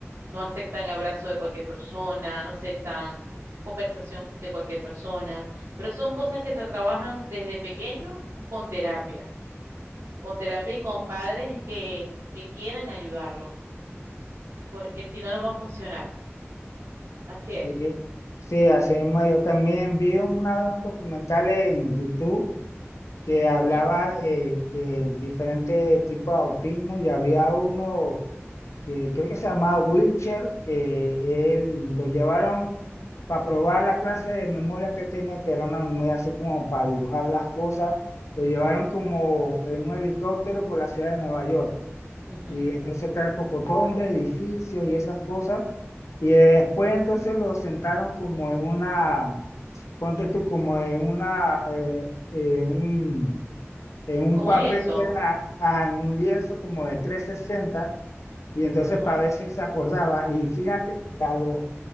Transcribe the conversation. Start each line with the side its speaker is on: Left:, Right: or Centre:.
Right: no aceptan abrazo de cualquier persona, no aceptan conversación de cualquier persona, pero son cosas que se trabajan desde pequeños con terapia, con terapia y con padres que, que quieran ayudarlos, porque si no, no va a funcionar. Así
Left: Sí,
Right: es.
Left: sí, así mismo yo también vi una vez un documental en YouTube que hablaba
Right: ¿Mm?
Left: eh, de diferentes tipos de autismo y había uno que creo que se llamaba Wilcher, que él lo llevaron para probar la clase de memoria que tenía, que era una memoria así como para dibujar las cosas, lo llevaron como en un helicóptero por la ciudad de Nueva York.
Right: Ujú.
Left: Y entonces está el pocotón de edificios y esas cosas. Y después entonces lo sentaron como en una, ponte tú, como en una, eh, eh, un, en un
Right: Con
Left: papel
Right: un lienzo.
Left: que era ah, en un lienzo como de 360 y entonces
Right: Ajá.
Left: para ver si se acordaba. Y fíjate que a los,